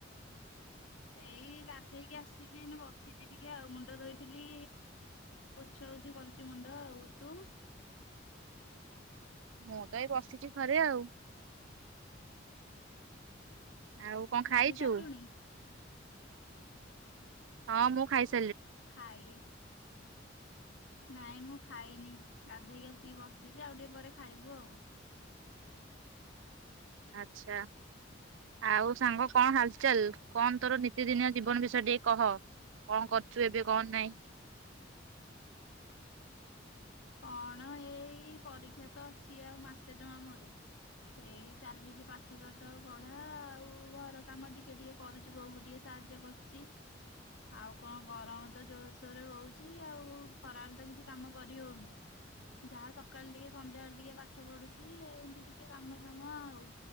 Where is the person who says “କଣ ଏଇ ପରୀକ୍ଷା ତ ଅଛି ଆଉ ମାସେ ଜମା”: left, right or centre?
Left